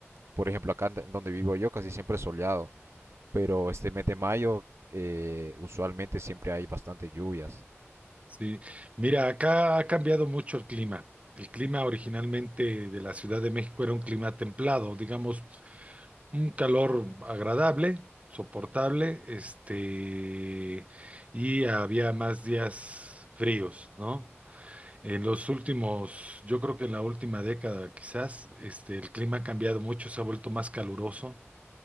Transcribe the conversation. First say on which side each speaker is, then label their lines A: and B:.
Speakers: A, on the right; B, on the right.
A: Por ejemplo, acá en donde vivo yo casi siempre es soleado, pero este mes de mayo eh, usualmente siempre hay bastantes lluvias.
B: Sí, mira, acá ha cambiado mucho el clima. El clima originalmente de la Ciudad de México era un clima templado, digamos, un calor agradable, soportable, este, y había más días fríos, ¿no? En los últimos, yo creo que en la última década quizás, este, el clima ha cambiado mucho, se ha vuelto más caluroso